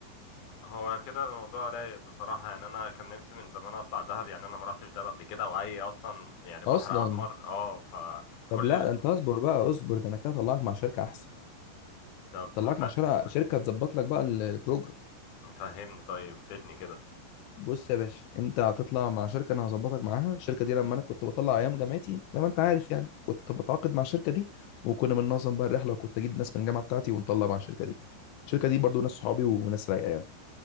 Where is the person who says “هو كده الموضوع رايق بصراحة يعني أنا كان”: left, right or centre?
Left